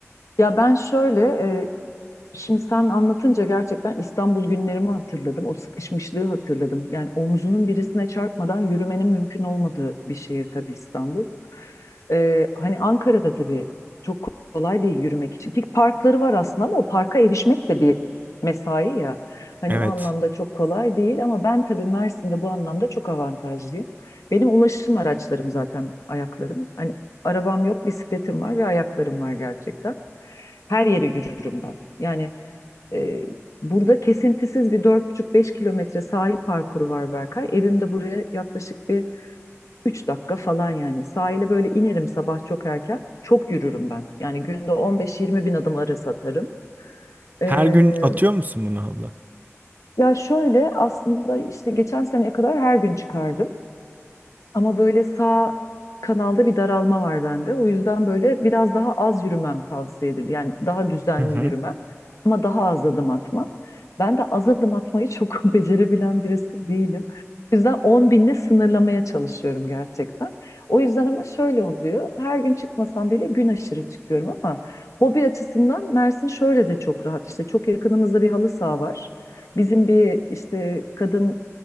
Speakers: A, on the left; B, on the right.
A: Ya ben şöyle Şimdi sen anlatınca gerçekten İstanbul günlerimi hatırladım. O sıkışmışlığı hatırladım. Yani omzunun birisine çarpmadan yürümenin mümkün olmadığı bir şehir tabii İstanbul. Ee, hani Ankara'da tabii çok kolay değil yürümek için. Ki parkları var aslında ama o parka erişmek de bir mesai ya. Hani
B: Evet.
A: o anlamda çok kolay değil ama ben tabii Mersin'de bu anlamda çok avantajlıyım. Benim ulaşım araçlarım zaten ayaklarım. Hani arabam yok, bisikletim var ve ayaklarım var gerçekten. Her yere yürürüm ben. Yani e, burada kesintisiz bir 4,5-5 kilometre sahil parkuru var Berkay. Evim de buraya yaklaşık bir 3 dakika falan yani. Sahile böyle inerim sabah çok erken. Çok yürürüm ben. Yani günde 15-20 bin adım arası atarım. Ee,
B: Her gün atıyor musun bunu abla?
A: ya şöyle aslında işte geçen seneye kadar her gün çıkardım. Ama böyle sağ kanalda bir daralma var bende. O yüzden böyle biraz daha az yürümem tavsiye edildi. Yani daha düzenli
B: Hı hı.
A: yürümem ama daha az adım atmam. Ben de az adım atmayı çok <laughs> becerebilen birisi değilim. O yüzden 10 binle sınırlamaya çalışıyorum gerçekten. O yüzden ama şöyle oluyor. Her gün çıkmasam bile gün aşırı çıkıyorum ama hobi açısından Mersin şöyle de çok rahat. İşte çok yakınımızda bir halı saha var. Bizim bir işte kadın